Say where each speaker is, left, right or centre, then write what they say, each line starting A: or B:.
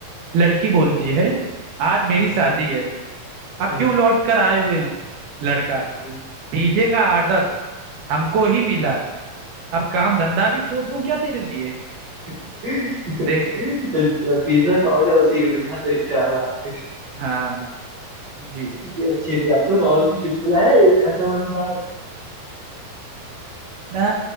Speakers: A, on the right; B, on the right.
A: लड़की बोलती है आज मेरी
B: हम्म,
A: शादी है अब
B: हम्म,
A: क्यों लौट कर आए हो यहाँ लड़का
B: हम्म।
A: डीजे का ऑर्डर हमको ही मिला है अब काम धंधा भी छोड़ दूं क्या तेरे लिए
B: <laughs> अच्छा
A: देख रहे
B: पिज्जा का ऑर्डर उसी को मिला तो क्या बात है
A: हाँ जी
B: ये अच्छी थी आपको तो और कुछ चुटकुला है ऐसे मजेदार
A: ना